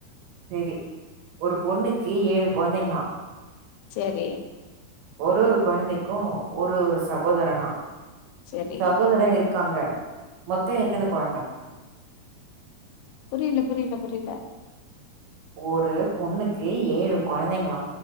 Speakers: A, on the right; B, on the left.
A: சேரி ஒரு பொண்ணுக்கு ஏழு கொழந்தைங்களா
B: செரி
A: ஒரு ஒரு கொழந்தைக்கு ஒரு ஒரு சகோதரனா
B: சேரி
A: சகோதரே இரு க்காங்க மொத்தோ எத்தன கொழந்த
B: புரில புரில புரில
A: ஒரு பொண்ணுக்கு ஏழு கொழந்தைங்களா